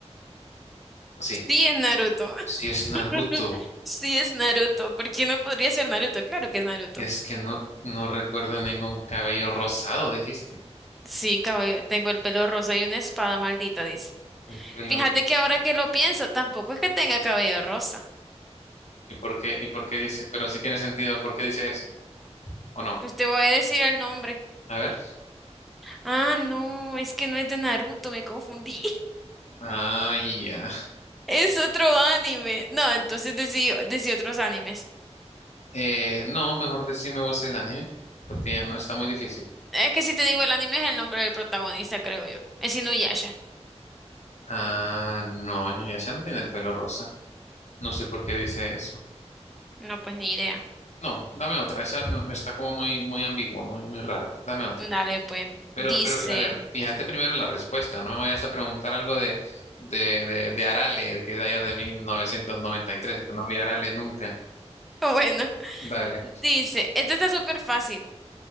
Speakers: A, on the left (about 75°); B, in the centre.
A: O sí,
B: Sí es Naruto.
A: si es Naruto,
B: <laughs> Sí es Naruto. ¿Por qué no podría ser Naruto? Claro que es Naruto.
A: es que no, no recuerdo ningún cabello rosado, dijiste.
B: Sí, cabello, tengo el pelo rosa y una espada maldita, dice.
A: El pelo.
B: Fíjate
A: ro-
B: que ahora que lo pienso, tampoco es que tenga cabello rosa.
A: ¿Y por qué? ¿Y por qué dice? Pero sí tiene sentido, ¿por qué dice eso? ¿O no?
B: Pues te voy a decir el nombre.
A: A ver.
B: Ah, no, es que no es de Naruto, me confundí. <laughs>
A: Ah, ya.
B: Es otro anime. No, entonces decí, decí otros animes.
A: Eh, no, mejor decime vos el anime, porque ya no está muy difícil.
B: Es que si te digo el anime es el nombre del protagonista, creo yo. Es Inuyasha.
A: Ah, no, Inuyasha no tiene el pelo rosa. No sé por qué dice eso.
B: No, pues ni idea.
A: No, dame otra. Esa no- está como muy, muy ambigua, muy, muy rara. Dame otra.
B: Dale, pues.
A: Pero,
B: Dice.
A: pero, a ver,
B: <laughs>
A: fíjate primero en la respuesta. No me vayas a preguntar algo de, de, de, de Arale, que es de allá de 1993, porque no había Arale nunca.
B: Bueno,
A: Dale.
B: dice. Esto está súper fácil.